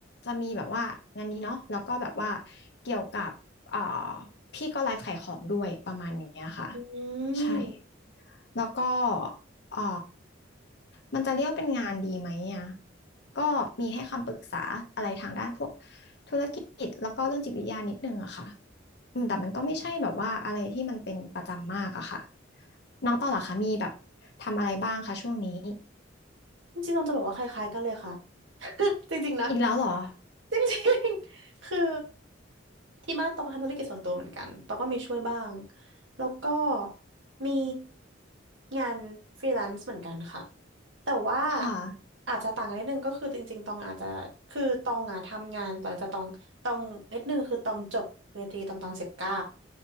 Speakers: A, on the left; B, on the right.
A: จะมีแบบว่างานนี้เนาะแล้วก็แบบว่าเกี่ยวกับเอ่อพี่ก็ไลฟ์ขายของด้วยประมาณเนี้ยค่ะ
B: อื
A: ใช่
B: ม
A: แล้วก็เอ่อมันจะเรียกเป็นงานดีไหมอ่ะก็มีให้คำปรึกษาอะไรทางด้านพวกธุรกิจแล้วก็เรื่องจิตวิทยานิดนึงอะค่ะอืมแต่มันก็ไม่ใช่แบบว่าอะไรที่มันเป็นประจำมากอะค่ะน้องต่อเหรอคะมีแบบทำอะไรบ้างคะช่วงนี้
B: จริงๆตองจะบอกว่าคล้ายๆกันเลยค่ะ <laughs> จริงๆนะ
A: อีกแล้วเหรอ
B: จริงๆคือที่บ้านตองทำธุรกิจส่วนตัวเหมือนกันตองก็มีช่วยบ้างแล้วก็มีงานฟรีแลนซ์เหมือนกันค่ะแต่ว่า
A: ค่ะ
B: อาจจะต่างกันนิดนึงก็คือจริงๆตองอาจจะคือตองอะทำงานหลังจากตองตองนิดนึงคือตองจบปริญญาตรีตอนตอนสิบเก้า